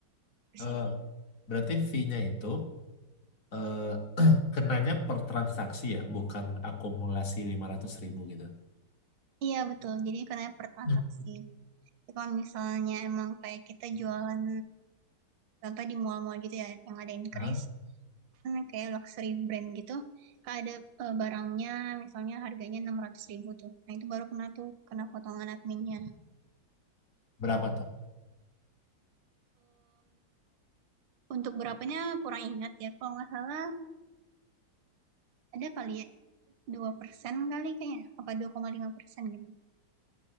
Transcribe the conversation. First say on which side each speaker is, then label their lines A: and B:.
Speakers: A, on the right; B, on the left.
A: di sini.
B: eh, berarti fee-nya itu eh,
A: Hmm.
B: kenanya per transaksi ya, bukan akumulasi lima ratus ribu gitu.
A: Iya betul. Jadi karena per transaksi.
B: Hmm.
A: Tapi Kalau misalnya emang kayak kita jualan contoh di mall-mall gitu ya yang ada increase
B: Hah?
A: kan kayak luxury brand gitu kan ada eh, barangnya misalnya harganya enam ratus ribu tuh nah itu baru kena tuh kena potongan adminnya
B: Berapa tuh?
A: Untuk berapanya kurang ingat ya. Kalau nggak salah ada kali ya 2% kali kayaknya. Apa dua koma lima persen gitu.